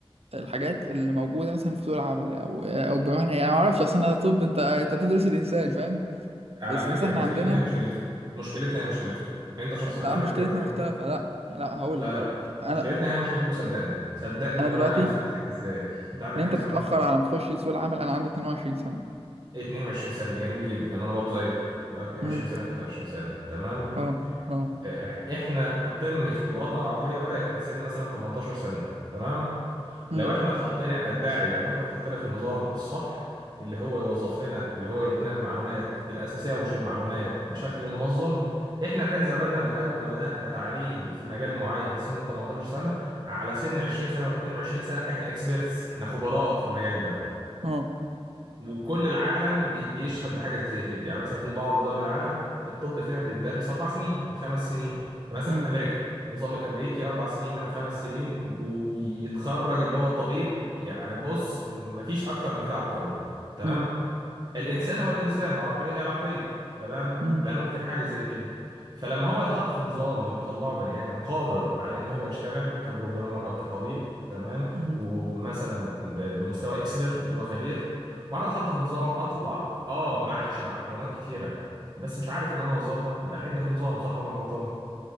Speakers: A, on the right (about 75°); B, on the right (about 40°).
A: الحاجات اللي موجوده مثلا في سوق العمل او او بمعنى يعني ما اعرفش اصل انا طب انت انت بتدرس الانسان فاهم
B: على
A: بس
B: فكره
A: مثلا احنا
B: مشكلتنا
A: عندنا
B: هي مشكلتكم مشكلتنا هي مشكلتكم انت شخص انت
A: لا
B: عندك
A: مشكلتنا
B: دلوقتي كام
A: مختلفه
B: سنه
A: لا لا هقول
B: لا
A: لك
B: لا
A: هقول لك انا
B: مشكلتنا هي مشكلتكم صدقني صدقني
A: انا
B: وانا
A: دلوقتي
B: هثبت لك ازاي انت عندك
A: ان انت
B: كام سنه
A: بتتاخر على ما تخش سوق العمل انا عندي 22 سنه
B: 22 سنه جميل جدا وانا برضو زيك تمام 22
A: امم
B: سنه 23 سنه تمام
A: اه اه
B: آه، احنا قمه قدراتنا العقليه بدات من سن مثلا 18 سنه تمام
A: امم
B: لو احنا اتحطينا ادعي لو احنا اتحطينا في النظام الصح اللي هو يوظف لنا اللي هو يدينا المعلومات الاساسيه ومش المعلومات بشكل منظم احنا كان زماننا من اول ما بدانا تعليم في مجال معين في سن ال 18 سنه على سن 20 سنه و22 سنه احنا اكسبيرتس احنا خبراء في المجال ده
A: اه
B: وكل العالم بي- بيشهد بحاجه زي كده يعني مثلا في بعض دول العالم الطب فيها بيتدرس اربع سنين وخمس سنين يعني مثلا
A: امم
B: امريكا النظام الامريكي اربع سنين او خمس سنين وبيتخرج اللي هو طبيب يعني بص مفيش اكتر من كده عبقري تمام
A: امم
B: الانسان هو الانسان والعقليه هي العقليه تمام
A: امم
B: لا ننكر حاجه زي كده فلما هو يتحط في نظام ويطلعه بني ادم قادر على ان هو يشتغل كبروجرامر او كطبيب تمام
A: أمم.
B: ومثلا ب- بمستوى اكسبرت اللي هو خبير وانا اتحط في نظام اطلع اه محشي معلومات كتيره بس مش عارف ان انا اوظفها يبقى العيب ده في النظام صح ولا أنا غلطان